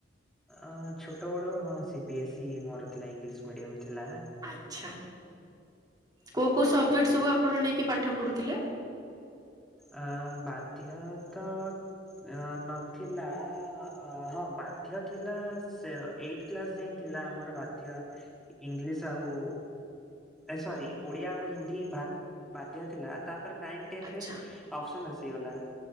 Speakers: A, in the centre; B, on the right (about 20°).
A: ଅଁ ଛୋଟବେଳୁ ହଁ ସି ବିି ଏସ୍ ମୋର ଥିଲା, ଇଂଲିଶ ମିଡ଼ିୟମ ଥିଲା।
B: ଆଛା। କୋଉ କୋଉ ସଵଜେକ୍ଟ ସବୁ ଆପଣ ନେଇକି ପାଠ ପଢୁଥିଲେ?
A: ଆଁ ବାଧ୍ୟ ତ ଅଁ, ନଥିଲା। ହଁ, ବାଧ୍ୟ ଥିଲା ସେ ଏଇଟ କ୍ଲାସ ଯାଇ ଥିଲା ଆମର ବାଧ୍ୟ ଇଂଲିଶ ଆଉ ଏ ସରି। ଓଡିଆ ଆଉ ହିନ୍ଦୀ ବା ବାଧ୍ୟ ଥିଲା। ତାପରେ ନାଇ ଟେନରେ
B: ଆଚ୍ଛା
A: ଅପସନ ଆସିଗଲା,